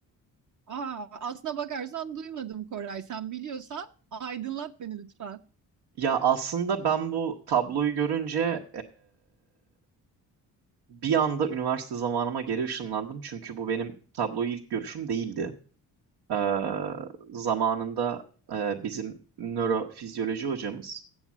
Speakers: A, on the right; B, on the right.
A: Aa, aslına bakarsan duymadım Koray. Sen biliyorsan aydınlat beni lütfen.
B: Ya aslında ben bu tabloyu görünce Bir anda üniversite zamanıma geri ışınlandım çünkü bu benim tabloyu ilk görüşüm değildi. Ee, zamanında e, bizim nörofizyoloji hocamız